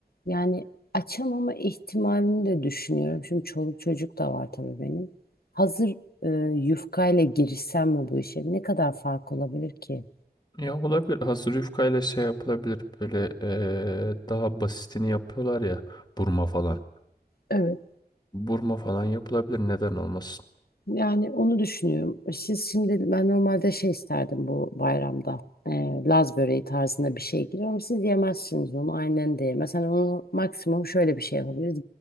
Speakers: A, on the left; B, on the left.
A: yani açamama ihtimalini de düşünüyorum. Şimdi çoluk çocuk da var tabii benim. Hazır e, yufkayla girişsem mi bu işe? Ne kadar fark olabilir ki?
B: Ya olabilir. Hazır yufkayla şey yapılabilir. Böyle e, daha basitini yapıyorlar ya. Burma falan.
A: Evet.
B: Burma falan yapılabilir. Neden olmasın?
A: Yani onu düşünüyorum. E, Siz şimdi ben normalde şey isterdim bu bayramda. E, Laz böreği tarzında bir şey girer ama siz yemezsiniz onu. Aynen de yemez. Hani onu maksimum şöyle bir şey yapabiliriz.